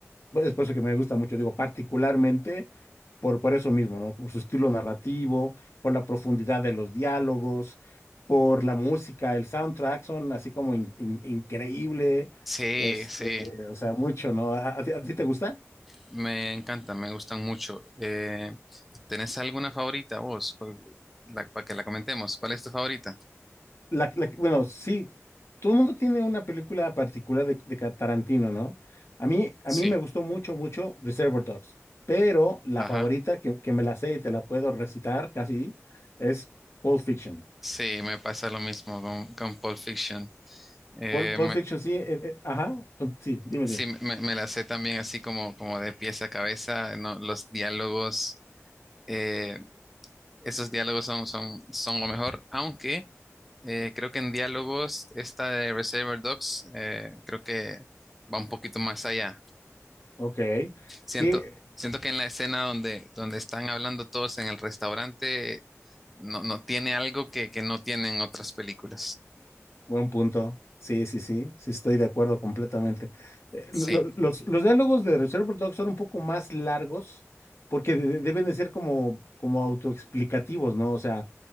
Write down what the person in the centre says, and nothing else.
Sí,
sí,
me encanta, me gustan mucho. Eh, ¿tenés alguna favorita vos? ¿Cuál- la- para que la comentemos. ¿Cuál es tu favorita?
Sí,
ajá.
Sí, me pasa lo mismo con, con Pulp Fiction. Eh,
me-
sí,
me, me la sé también así como, como de pies a cabeza, no, los diálogos. eh, Esos diálogos son, son, son lo mejor, aunque eh, creo que en diálogos esta de Reservoir Dogs eh, creo que va un poquito más allá.
Siento,
siento que en la escena donde, donde están hablando todos en el restaurante no, no tiene algo que, que no tienen otras películas.
Sí,